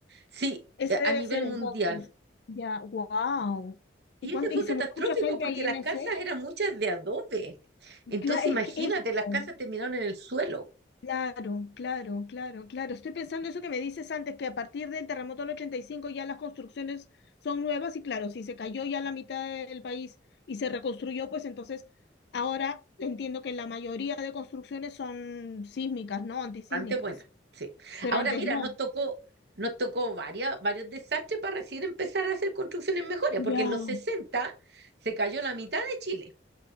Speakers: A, on the right (about 60°); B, on the left (about 60°).
A: sí,
B: Ese
A: a
B: debe
A: a nivel
B: ser
A: mundial.
B: entonces. Ya, wow.
A: Y
B: ¿Y cuánto,
A: ese fue
B: y se
A: catastrófico
B: murió mucha gente
A: porque
B: ahí
A: las
B: en ese?
A: casas eran muchas de adobe. Entonces,
B: Cla- es
A: imagínate,
B: que es
A: las
B: oh,
A: casas terminaron en el suelo.
B: claro, claro, claro, claro. Estoy pensando eso que me dices antes, que a partir del terremoto del 85 ya las construcciones son nuevas y claro, si se cayó ya la mitad del país y se reconstruyó, pues entonces ahora entiendo que la mayoría de construcciones son sísmicas, ¿no? Antisísmicas,
A: Bastante buena, sí.
B: pero
A: Ahora
B: antes
A: mira,
B: no.
A: nos tocó, nos tocó varias, varios desastres para recién empezar a hacer construcciones mejores,
B: Ya.
A: porque en los 60 se cayó la mitad de Chile.